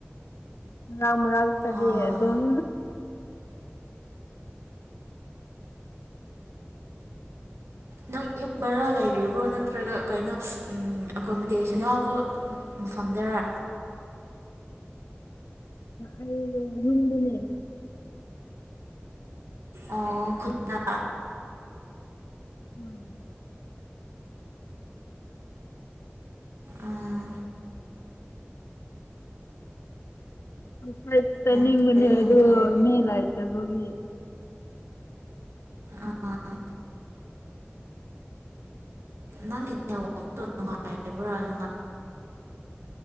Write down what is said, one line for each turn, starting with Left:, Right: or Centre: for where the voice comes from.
Left: ꯃꯔꯛ ꯃꯔꯥꯛꯛꯇꯗꯤ
Right: ꯑꯥ
Left: ꯑꯗꯨꯝ
Right: ꯅꯪ ꯌꯨꯝ ꯕꯔꯥ ꯂꯩꯔꯤ ꯕ꯭ꯔꯣ ꯅꯠꯇ꯭ꯔꯒ ꯀꯩꯅꯣ ꯑꯦꯀꯣꯃꯤꯣꯗꯦꯁꯟ ꯌꯥꯎꯕ꯭ꯔꯣ ꯐꯝꯗꯔꯥ
Left: ꯑꯣ ꯍꯟꯗꯅꯦ
Right: ꯑꯣ ꯈꯨꯠꯅꯥ
Left: ꯍꯣꯏ
Right: ꯑꯥ
Left: ꯍꯁꯠꯇ
Right: ꯌꯥꯝ
Left: ꯅꯤꯡꯅꯦ
Right: ꯐꯩ ꯌꯥꯝ
Left: ꯑꯗꯨ
Right: ꯐꯩ
Left: ꯃꯦꯂꯥꯏꯇ ꯍꯒꯤꯤ
Right: ꯑꯥ ꯅꯪꯒꯤꯆꯦ ꯋꯇꯣ ꯅꯨꯡꯉꯥꯏꯔꯤꯕ꯭ꯔꯥꯅꯨꯡꯥꯏ